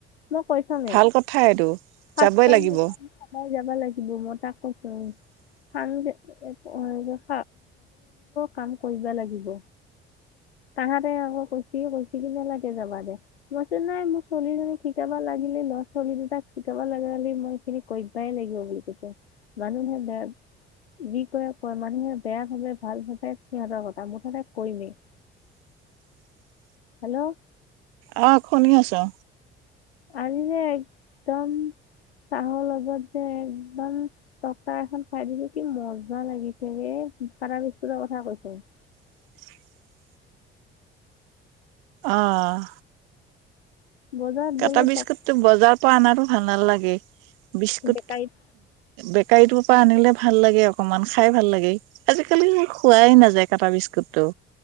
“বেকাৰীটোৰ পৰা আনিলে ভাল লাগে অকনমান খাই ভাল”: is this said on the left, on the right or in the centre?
Right